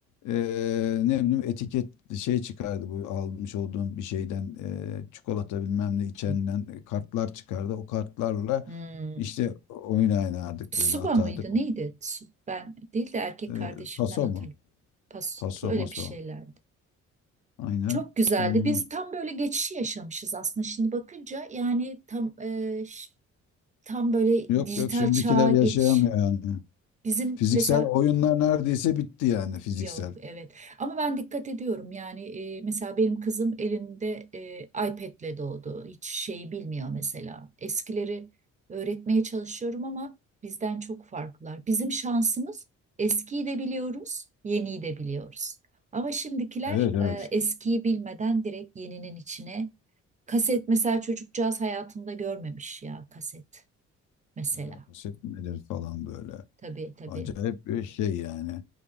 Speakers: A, on the left; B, on the right.
A: eee, ne bileyim etiket şey çıkardı bu almış olduğun bir şeyden eee, çikolata bilmem ne içenden
B: Hı.
A: e, kartlar çıkardı. O kartlarla
B: Hmm.
A: işte oyun oynardık
B: Tsuba
A: böyle atardık.
B: mıydı
A: O-
B: neydi? Tsu- Ben değil de erkek
A: eee,
B: kardeşimden
A: taso
B: hatırlıyorum.
A: mu?
B: Pas,
A: Taso
B: öyle
A: maso.
B: bir şeylerdi.
A: Aynen.
B: Çok güzeldi.
A: Onun...
B: Biz tam böyle geçişi yaşamışız aslında şimdi bakınca. Yani tam e, ş- tam böyle
A: Yok
B: dijital
A: yok şimdikiler
B: çağa
A: yaşayamıyor
B: geç.
A: yani.
B: Bizim
A: Fiziksel
B: mesela
A: oyunlar neredeyse bitti yani fiziksel.
B: Yok evet ama ben dikkat ediyorum yani e, mesela benim kızım elinde e, iPad'le doğdu hiç şeyi bilmiyor mesela eskileri öğretmeye çalışıyorum ama bizden çok farklılar bizim şansımız eskiyi de biliyoruz yeniyi de biliyoruz ama şimdikiler
A: Evet evet.
B: e, eskiyi bilmeden direkt yeninin içine kaset mesela çocukcağız hayatında görmemiş ya kaset mesela
A: Ha, Poşet nedir falan böyle.
B: tabii tabii
A: Acayip bir şey yani.